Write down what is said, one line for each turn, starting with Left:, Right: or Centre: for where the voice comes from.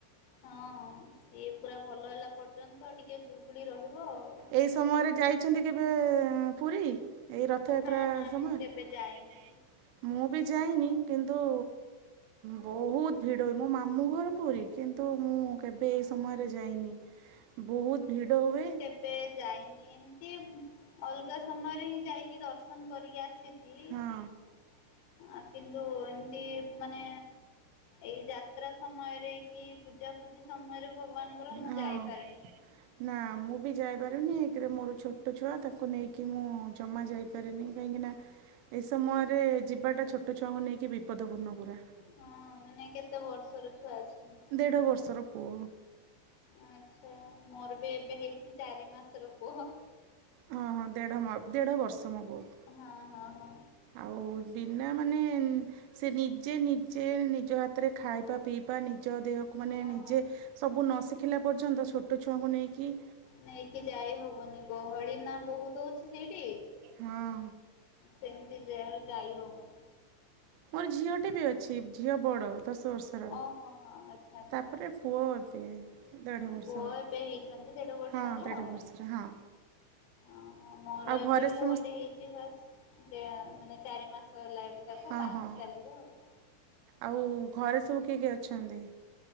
Left: ହଁ ସିଏ ପୁରା ଭଲ ହେଲା ପର୍ଯ୍ୟନ୍ତ ଟିକେ ଗୁଳୁଗୁଳି ରହିବ ଆଉ।
Right: ଏଇ ସମୟରେ ଯାଇଛନ୍ତି କେବେ ପୁରୀ? ଏଇ ରଥଯାତ୍ରା
Left: ନା ନା
Right: ସମୟରେ
Left: ମୁଁ କେବେ ଯାଇନି।
Right: ମୁଁ ବି ଯାଇନି କିନ୍ତୁ ବହୁତ ଭିଡ଼ ହୁଏ। ମୋ ମାମୁଁ ଘର ପୁରୀ କିନ୍ତୁ ମୁଁ କେବେ
Left: ହଁ
Right: ଏଇ ସମୟରେ
Left: ହଁ
Right: ଯାଇନି। ବହୁତ ଭିଡ ହୁଏ।
Left: ଏବେ ଯାଇନି ଏମତି ଅଲଗା ସମୟରେ ହିଁ ଯାଇକି ଦର୍ଶନ କରିକି ଆସଚି
Right: ହଁ
Left: <inaudible> ଆ କିନ୍ତୁ ଏମିତି ମାନେ ଏଇ ଯାତ୍ରା ସମୟରେ କି ପୂଜା ପୂଜି ସମୟରେ ଭଗବାନଙ୍କର ମୁଁ
Right: ହଁ
Left: ଯାଇପାରେନି।
Right: ନା ମୁଁ ବି ଯାଇପାରୁନି ଏକରେ ମୋର ଛୋଟ ଛୁଆ ତାକୁ ନେଇକି ମୁଁ ଜମା ଯାଇ ପାରେନି କାହିଁକି ନା ଏ ସମୟରେ ଯିବାଟା ଛୋଟ ଛୁଆଙ୍କୁ ନେଇକି ବିପଦପୂର୍ଣ୍ଣ ପୁରା।
Left: ହଁ ମାନେ କେତେ ବର୍ଷର ଛୁଆ ଅଛି?
Right: ଦେଢ଼ ବର୍ଷର ପୁଅ।
Left: ଆଚ୍ଛା ମୋର ବି ଏବେ ହେଇଛି ଚାରି ମାସର ପୁଅ।
Right: ହଁ, ହଁ ଦେଢ ମ-ଦେଢ ବର୍ଷ ମୋ ବୋଉ।
Left: ହଁ, ହଁ, ହଁ।
Right: ଆଉ ବିନା ମାନେ ଉଁ, ସେ ନିଜେ ନିଜେ ନିଜ ହାତରେ ଖାଇବା ପିଇ ବା ନିଜ ଦେହକୁ
Left: ହଁ।
Right: ମାନେ ନିଜେ ସବୁ ନ ଶିଖିଲା ପର୍ଯ୍ୟନ୍ତ ଛୋଟ ଛୁଆଙ୍କୁ ନେଇକି
Left: ନେଇକି ଯାଇ ହବନି ଗହଳି ନା ବହୁତ ହଉଛି ସେଇଠି।
Right: ହଁ
Left: ସେମିତି ଯାଇ ଯାଇ ହବନି।
Right: ମୋର ଝିଅଟି ବି ଅଛି ଝିଅ ବଡ ଦଶ ବର୍ଷ ଷର
Left: ଓହୋ ହୋ ଆଚ୍ଛା ଆଚ୍ଛା
Right: ତାପରେ ପୁଅ ଏବେ ଦେଢ଼ ବର୍ଷର।
Left: ପୁଅ ଏବେ ହେଇଛନ୍ତି ଦେଢ ବର୍ଷ
Right: ହଁ
Left: ହେଲା
Right: ଦେଢ଼
Left: ଆଉ।
Right: ବର୍ଷରେ ହଁ।
Left: ଓହୋ, ମୋର
Right: ଆଉ
Left: ଏବେ
Right: ଘରେ
Left: ପୁଅଟେ
Right: ସମସ୍ତ
Left: ହେଇଛି ବାସ୍। ଦେଅ ମାନେ ଚାରି ମାସ ହେଲା ଏବେ ତାକୁ
Right: ହଁ
Left: ପାଞ୍ଚ
Right: ହଁ
Left: ଚାଲିବ ଆଉ।
Right: ଆଉ ଘରେ ସବୁ କିଏ କିଏ ଅଛନ୍ତି?